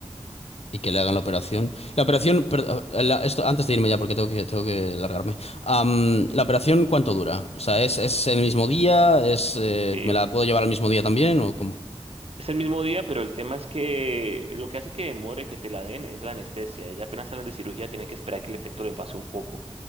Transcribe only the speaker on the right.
Sí.
Es el mismo día, pero el tema es que lo que hace que demore que te la den es la anestesia. Ella apenas salen de cirugía, tienen que esperar que el efecto le pase un poco.